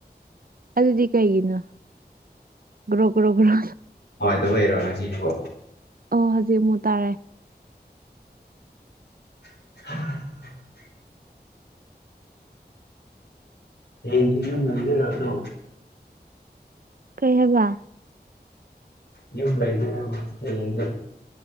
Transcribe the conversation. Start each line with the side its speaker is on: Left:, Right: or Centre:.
Right: ꯑꯗꯨꯗꯤ ꯀꯩꯒꯤꯅꯣ ꯒ꯭ꯔꯣ ꯒ꯭ꯔꯣ ꯒ꯭ꯔꯣ
Left: ꯑꯗꯨꯕꯨꯩꯔꯣ ꯉꯁꯤꯗꯤꯀꯣ
Right: ꯑꯣ ꯍꯧꯖꯤꯛ ꯑꯃꯨꯛ ꯇꯥꯔꯦ
Left: <unintelligible> ꯍꯁꯤ ꯌꯨꯝ ꯅꯗ ꯔꯗꯣ
Right: ꯀꯩꯍꯕ
Left: ꯌ ꯂꯗꯦꯔ